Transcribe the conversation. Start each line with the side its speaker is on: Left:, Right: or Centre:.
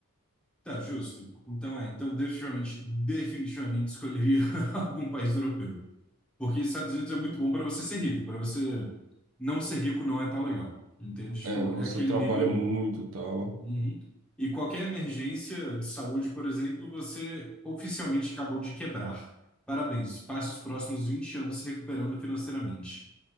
Centre: Tá, justo. Então é, então definitivamente, definitivamente escolheria <laughs> algum país europeu. Porque Estados Unidos é muito bom para você ser rico, para você não ser rico não é tão legal. Entende? Tipo,
Right: É, você
Centre: é aquele
Right: trabalha
Centre: nível.
Right: muito e tal.
Centre: Uhum. E qualquer emergência de saúde, por exemplo, você oficialmente acabou de quebrar. Parabéns, passe os próximos 20 anos se recuperando financeiramente.